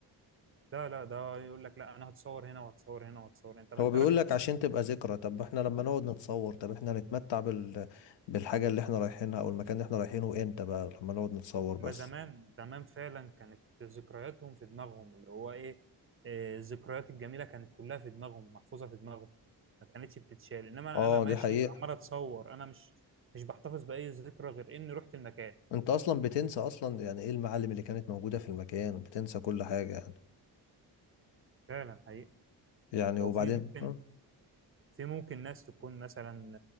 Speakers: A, on the right; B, on the left.
A: لا لا ده يقول لك لا أنا هتصور هنا وهتصور هنا وهتصور هنا طب
B: هو
A: أنت
B: بيقول
A: رايح تتصور
B: لك عشان تبقى ذكرى طب احنا لما نقعد نتصور طب احنا هنتمتع بال... بالحاجه اللي احنا رايحينها او المكان اللي احنا رايحينه امتى بقى لما نقعد نتصور
A: ما
B: بس
A: زمان زمان فعلا كانت ذكرياتهم في دماغهم اللي هو إيه آه، الذكريات الجميلة كانت كلها في دماغهم محفوظة في دماغهم ما كانتش بتتشال إنما
B: اه
A: أنا ماشي
B: دي حقيقة
A: عمال أتصور أنا مش مش بحتفظ بأي ذكرى غير إني رحت المكان
B: انت اصلا بتنسى اصلا يعني ايه المعالم اللي كانت موجودة في المكان بتنسى كل حاجة يعني
A: فعلا حقيقي
B: يعني وبعدين
A: هو في ممكن
B: اه
A: في ممكن ناس تكون مثلا